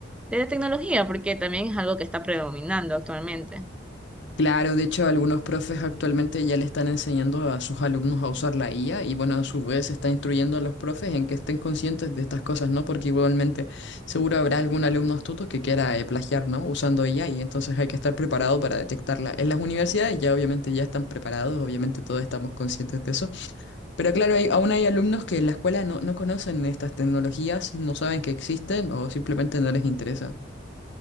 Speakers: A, in the centre; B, on the left.
A: de la tecnología, porque también es algo que está predominando actualmente.
B: Claro, de hecho algunos profes actualmente ya le están enseñando a sus alumnos a usar la IA y bueno, a su vez está instruyendo a los profes en que estén conscientes de estas cosas, ¿no? Porque igualmente seguro habrá algún alumno astuto que quiera eh, plagiar, ¿no? Usando IA y entonces hay que estar preparado para detectarla. En las universidades ya obviamente ya están preparados, obviamente todos estamos conscientes de eso. Pero claro, hay- aún hay alumnos que en la escuela no, no conocen estas tecnologías, no saben que existen o simplemente no les interesa.